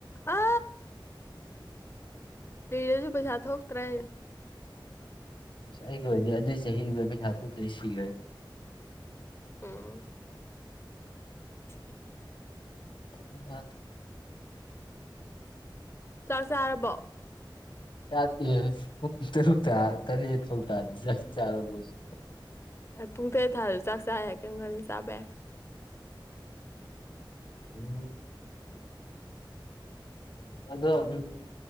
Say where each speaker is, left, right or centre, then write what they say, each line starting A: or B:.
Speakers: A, on the left; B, on the left.
A: ꯑ ꯇꯤꯗꯁꯨ ꯄꯩꯁꯥ ꯊꯣꯛꯇ꯭ꯔꯦ
B: ꯑꯩꯒꯤ ꯑꯣꯏꯗꯤ ꯑꯗꯨꯏ ꯆꯍꯤꯗꯨꯗ ꯄꯩꯁꯥ ꯊꯣꯛꯇꯗꯤ ꯁꯤꯈꯣꯏꯅꯤ
A: ꯎꯝ <inaudible>
B: <inaudible>
A: ꯆꯥꯛ ꯆꯥꯔꯕꯣ
B: <unintelligible> ꯆ ꯇꯔꯤ ꯌꯦ ꯐꯪ ꯇꯥ ꯆꯂꯕꯁ
A: ꯄꯨꯡ ꯇꯔꯦꯠ ꯊꯥꯗ ꯆꯥꯛ ꯆꯥ ꯀꯪꯒꯜ ꯆꯥꯕ ꯌꯥꯏ
B: ꯎꯝ ꯎ ꯑꯗꯣ ꯎꯝ